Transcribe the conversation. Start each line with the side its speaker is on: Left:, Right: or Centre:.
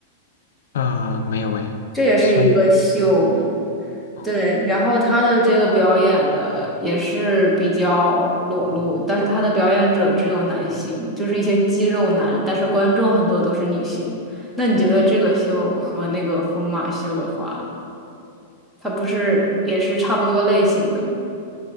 Left: 呃，没有哎，
Centre: 这也是一个秀，
Left: 你你说一说。嗯，
Centre: 对。然后他的这个表演的也是比较裸露，但是他的表演者只有男性，就是一些肌肉男，但是观众很多都是女性。那你觉得这个秀和那个疯马秀的话，它不是也是差不多类型的吗？